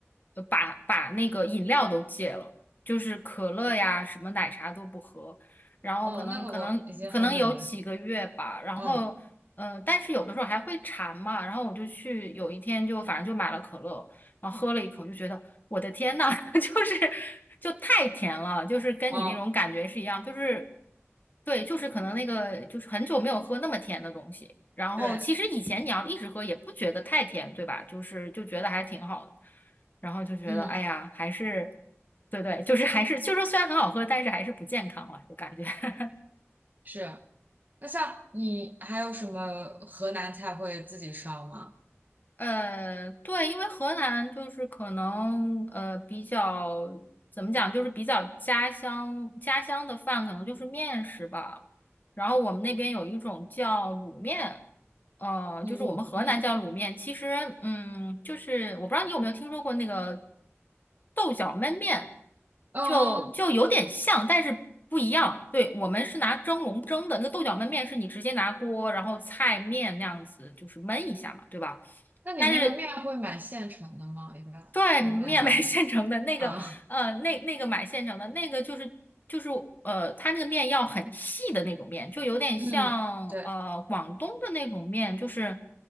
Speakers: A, on the left; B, on the right.
A: 呃把把那个饮料都戒了，就是可乐呀，什么奶茶都不喝，然后可能可能可能有几个月吧，
B: 哦，那个我已经很久没喝，
A: 然后嗯，
B: 嗯，
A: 呃，但是有的时候还会馋嘛，然后我就去有一天就反正就买了可乐。然后喝了一口，就觉得我的天呐，<laughs> 就是就太甜了，就是跟你那种感觉是一样，
B: 哦，
A: 就是对，就是可能那个就是很久没有喝那么甜的东西。然后其实以前你要一直喝也不觉得太甜，
B: 对，
A: 对吧？就是就觉得还挺好的，然后就觉得哎呀，
B: 嗯，
A: 还是对对，就是还是就是虽然很好喝，但是还是不健康了，就感觉。<laughs>
B: 是。那像你还有什么河南菜会自己烧吗？
A: 呃，对，因为河南就是可能呃比较怎么讲，就是比较家乡家乡的饭可能就是面食吧。然后我们那边有一种叫卤面，呃，
B: 卤面。
A: 就是我们河南叫卤面。其实，嗯，就是我不知道你有没有听说过那个豆角焖面，
B: 哦哦哦，
A: 就就有点像，但是不一样。对，我们是拿蒸笼蒸的，那个豆角焖面是你直接拿锅，然后菜面那样子，就是焖一下嘛，对吧？
B: 那你那个面会买现成的吗？
A: 但是
B: 一般能买到？
A: 对面买现成的那个，
B: 啊，
A: 呃，那那个买现成的那个就是就是呃，它那个面要很细的那种面，就有点像呃广东的那种面，
B: <laughs> 嗯，对，
A: 就是